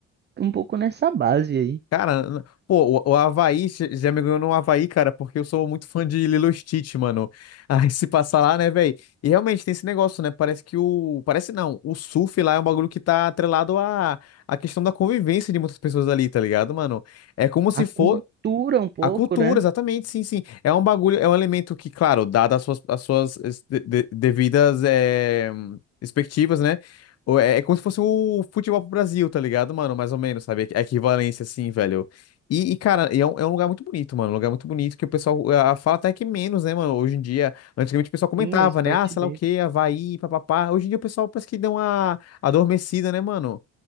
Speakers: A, on the right; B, on the left.
A: um pouco nessa base aí.
B: Cara, pô, o o Havaí j- já me ganhou no Havaí, cara, porque eu sou muito fã de Lilo e Stitch, mano. <laughs> Aí se passar lá, né, velho? E realmente tem esse negócio, né? Parece que o. Parece não, o surf lá é um bagulho que tá atrelado à, à questão da convivência de muitas pessoas ali, tá ligado, mano? É como se
A: A
B: fosse.
A: cultura um pouco,
B: A cultura,
A: né?
B: exatamente, sim, sim. É um bagulho, é um elemento que, claro, dada as suas, as suas es- de- de- devidas eh, expectativas, né? O- É, é como se fosse o futebol pro Brasil, tá ligado, mano? Mais ou menos, sabe? A equivalência, assim, velho. E, e, cara, e é um, é um lugar muito bonito, mano. Um lugar muito bonito que o pessoal ah, fala até que menos, né, mano? Hoje em dia, antigamente o pessoal comentava,
A: Sim, é o esporte
B: né? Ah, sei
A: dele.
B: lá o quê, Havaí, papapá. Hoje em dia o pessoal parece que deu uma adormecida, né, mano?